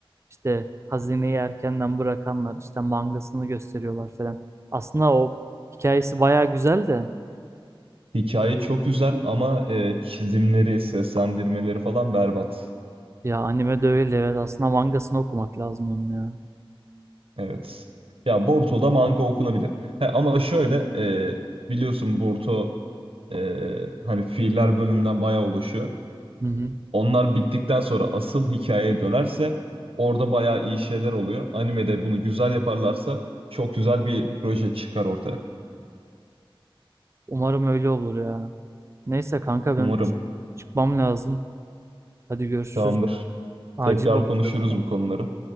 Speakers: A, on the right; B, on the right.
A: İşte hazineyi erkenden bırakanlar işte mangasını gösteriyorlar falan. Aslında o hikayesi baya güzel de
B: Hikaye çok güzel ama e, çizimleri, seslendirmeleri falan berbat.
A: ya anime de öyle evet. Aslında mangasını okumak lazım onun ya.
B: Evet. Ya Boruto'da manga okunabilir. He, ama şöyle e, biliyorsun Boruto e, hani fiiller bölümünden bayağı oluşuyor.
A: Hı hı.
B: Onlar bittikten sonra asıl hikayeye dönerse orada bayağı iyi şeyler oluyor. Animede bunu güzel yaparlarsa çok güzel bir proje çıkar ortaya.
A: Umarım öyle olur ya. Neyse kanka
B: Umarım.
A: ben ç- çıkmam lazım. Hadi görüşürüz.
B: Tamamdır.
A: Acil
B: Tekrar
A: oldu
B: konuşuruz
A: biraz ama.
B: bu konuları.